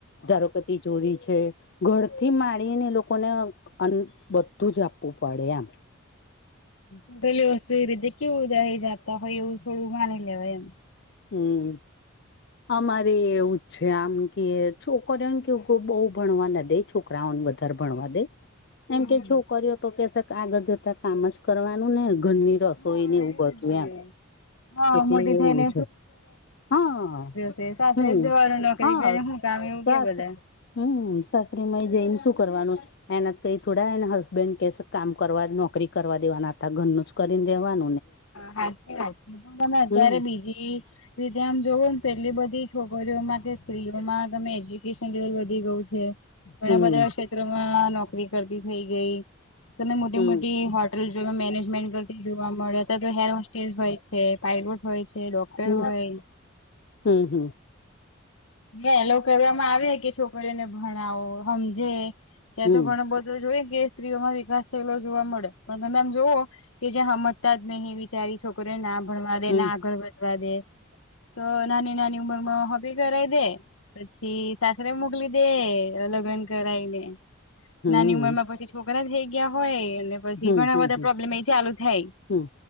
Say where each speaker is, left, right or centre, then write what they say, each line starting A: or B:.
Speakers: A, on the left; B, on the left.
A: ધારો કે તિ ચોરી છે. ઘરથી માણીને એ લોકોને બધું જ આપવું પડે આમ.
B: હ ગલી વસ્તુ એ રીતે કેવું જતા હોય એવું થોડું માની લેવાય એમ.
A: હમ અમારે એવું જ છે આમ કે છોકરીને કેવું બહુ ભણવા ના દે છોકરાઓને વધારે ભણવા દે એમ
B: હમ
A: કે છોકરીઓ તો કે છે આગળ જતા કામ જ કરવાનું ને ઘરની રસોઈ
B: હા
A: ને એવું બધું
B: જ
A: એમ
B: ને. હા
A: એટલે
B: મોટી
A: એવું
B: થઈને
A: છે હા
B: તે સાસરે
A: હમ
B: જવાનું નોકરી
A: હા
B: કરી હું કામ એવું
A: સાસ
B: કે બધા
A: હમ સાસરીમાંય જઈને શું કરવાનું છે. એના કઈ થોડા એને હસબેન્ડ કે કામ કરવા નોકરી કરવા દેવાના હતા ઘરનું જ કરી દેવાનું
B: હાચી વાત છે પણ તમે અત્યારે
A: હમ
B: બીજી રીતે આમ જોવું ને એટલી બધી છોકરીઓમાં સ્ત્રીઓમાં તમે એજ્યુકેશન લેવલ વધી ગયું છે ઘણા
A: હમ
B: બધા મમાં નોકરી કરતી થઈ ગઈ તમે મોટી
A: હમ
B: મોટી હોટેલ જો મેનેજમેન્ટ કરતી જોવા મળે તો હેર હોસ્ટેલ હોય છે પાયલોટ હોય છે ડોક્ટર
A: હમ
B: હોય
A: હમ હમ
B: હ એ લોકો કહેવામાં આવે કે છોકરીઓને ભણાવો સમજે ત્યાં
A: હમ
B: તો ઘણું બધું જોઈ કે સ્ત્રીઓ વિકાસ થયેલો જોવા મળે પણ તમ જોવ કે જ્યાં સમજતા નહી બીચારી છોકરીને ના ભણવા દે
A: હમ
B: ના આગળ વધવા દે તો નાની નાની ઉંમર માં સગાઈ કરાઈ દે પછી સાસરે મોકલી દે લગ્ન કરાઈને
A: હમ હમ
B: નાની ઉંમર માં પછી છોકરા થઈ ગયા હોય અને પછી
A: હમ
B: ઘણા
A: હમ
B: બધા
A: હમ
B: પ્રોબ્લેમ એ ચાલુ થાય
A: હમ